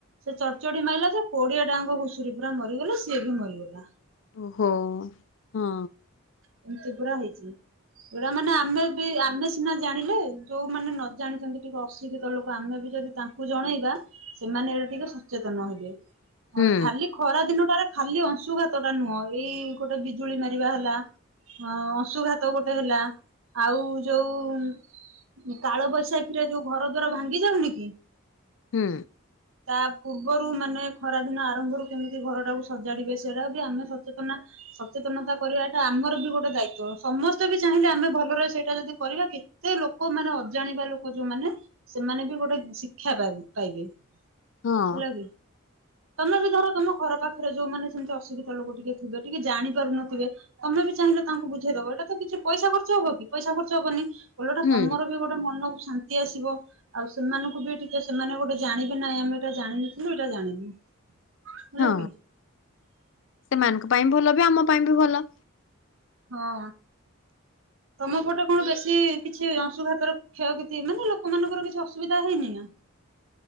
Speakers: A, on the right; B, on the left.
A: ସେ ଚଡ଼ଚଡ଼ି ମାଇଲା ଯେ କୋଡିଏ ଟାଙ୍କ ଘୁସୁରୀ ପୁରା ମରିଗଲା, ସିଏ ବି ମରିଗଲା।
B: ଓହୋ, ହଁ।
A: ଏମିତି ପୁରା ହେଇଛି। ଏରା ମାନେ ଆମେ ବି ଆମେ ସିନା ଜାଣିଲେ, ଯୋଉମାନେ ନ ଜାଣିଛନ୍ତି ଟିକେ ଅଶିକ୍ଷିତ ଲୋକ ଆମେ ବି ଯଦି ତାଙ୍କୁ ଜଣେଇବା, ସେମାନେ ଏଟା ଟିକେ ସଚେତନ ହେବେ।
B: ହୁଁ
A: ହଁ ଖାଲି ଖରା ଦିନ ଟାରେ ଖାଲି ଅଂଶୁଘାତ ଟା ନୁହଁ ଏଇ ଗୋଟେ ବିଜୁଳି ମାର ଯିବା ହେଲା, ହଁ ଅଶୁଘାତ ଗୋଟେ ହେଲା ଆଉ ଯୋଉ- କାଳବୈଶାଖୀରେ ଯୋଉ ଘର ଦ୍ୱାର ଭାଙ୍ଗି ଯାଉନି କି?
B: ହୁଁ।
A: ହଁ ତା ପୂର୍ବରୁ ମାନେ ଖରାଦିନ ଆରମ୍ଭରୁ କେମିତି ଘର ଟାକୁ ସଜାଡିବେ, ସେରା ବି ଆମେ ସଚେତନ ସଚେତନତା କରିବାଟା ଆମର ବି ଗୋଟେ ଦାୟିତ୍ଵ, ସମସ୍ତେ ବି ଚାହିଁଲେ ଆମେ ଭଲରେ ସେଇଟା ଯଦି କରିବା କି ଏଇ ଲୋକ ମାନେ ଅଜାଣିବା ଲୋକ ଯୋଉମାନୋନ ସେମାନେ ବି ଗୋଟେ ଶିକ୍ଷା <unintelligible> ପାଇବେ ହେଲାଗି
B: ହଁ
A: ତମେ ବି ଧର ତମ ଘର ପାଖରେ ଯୋଉମାନେ ସେମିତି ଅସୁବିଧା ଲୋକ ଟିକେ ଥିବେ, ଟିକେ ଜାଣି ପାରୁନଥିବେ। ତମେ ବି ଚାହିଁଲେ ତାଙ୍କୁ ବୁଝେଇଦବ, ଏଇଟା ତ କିଛି ପଇସା ଖର୍ଚ୍ଚ ହବ କି ପଇସା ଖର୍ଚ ହବନି ଓଲଟା
B: ହୁଁ
A: ତମର ବି ଗୋ ମନକୁ ଶାନ୍ତି ଆସିବ। ଆଉ ସେମାନଙ୍କୁ ବି ଟିକେ ସେମାନେ ଗୋଟେ ଜାଣିକି ନାଇଁ ଆମେ ଏଇଟା ଜାଣିନଥିଲୁ, ଏଇଟା ଜାଣିଲୁ। ହେଲା
B: ହଁ,
A: କି
B: ସେମାନଙ୍କ ପାଇଁ ଭଲ ବି ଆମ ପାଇଁ ବି ଭଲ।
A: ହଁ, ତମ ପଟେ କଣ ବେଶୀ କିଛି ଅଂଶୁଘାତର କ୍ଷୟକ୍ଷତି ମାନେ ଲୋକମାନଙ୍କର କିଛି ଅସୁବିଧା ହେଇନି ନା?